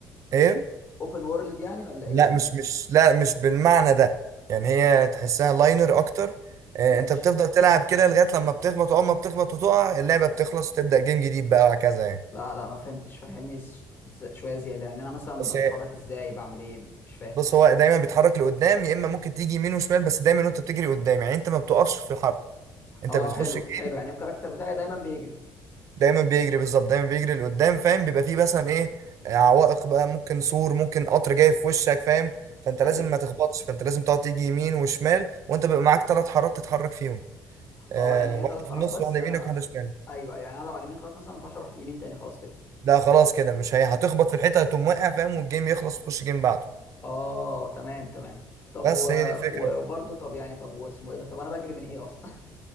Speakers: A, on the right; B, on the left.
A: ايه
B: اوبن وورلد يعني ولا ايه
A: لا
B: يعني
A: مش مش لا مش بالمعنى ده يعني هي تحسها لاينر اكتر آه
B: ماشي
A: انت بتفضل تلعب كده لغاية لما بتخبط واول ما بتخبط وتقع اللعبة بتخلص وتبدأ جيم جديد بقى وهكذا يعني
B: لا لا ما فهمتش فهمني ز- ز- شويه زياده يعني انا مثلا
A: بس
B: بتحرك
A: هي-
B: ازاي بعمل ايه مش فاهم
A: بص هو دايما بيتحرك لقدام يا اما ممكن تيجي يمين وشمال بس دايما وانت بتجري قدام يعني انت ما بتقفش في الحرب انت
B: اه
A: بتخش
B: حلو
A: الجيم
B: حلو يعني الكاركتر بتاعي دايما بيجري
A: دايما بيجري بالظبط دايما بيجري لقدام فاهم بيبقى فيه مثلا ايه عوائق بقى ممكن سور ممكن قطر جاي في وشك فاهم فانت
B: ايوه
A: لازم ما تخبطش فانت لازم تقعد تيجي يمين وشمال وانت بيبقى معاك ثلاث حارات تتحرك فيهم آه
B: اه يعني هي
A: واحده
B: ثلاث حارات
A: في النص
B: بس
A: واحده
B: انا
A: يمينك واحده شمالك
B: ايوه أيوه. يعني انا لو على اليمين خلاص مثلا ما ينفعش اروح اليمين تاني خلاص كده
A: لا خلاص كده مش هي هتخبط في الحيطه هتقوم واقع فاهم والجيم يخلص تخش جيم بعده
B: اه تمام تمام طب
A: بس
B: و...
A: هي دي الفكره
B: و- وبرضه طب يعني طب واسمه ايه ده طب انا بجري من ايه اصلا <laughs>